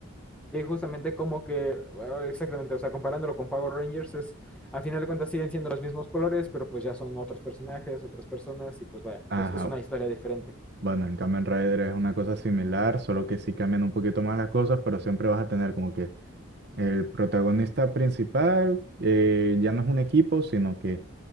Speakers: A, in the centre; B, on the right.
A: Sí, justamente como que, bueno, exactamente, o sea, comparándolo con Power Rangers, es, a final de cuentas siguen siendo los mismos colores, pero pues ya son otros personajes, otras personas, y pues vaya,
B: Ajá.
A: pues es una historia diferente.
B: Bueno, en Kamen Rider es una cosa similar, solo que sí cambian un poquito más las cosas, pero siempre vas a tener como que el protagonista principal eh, ya no es un equipo, sino que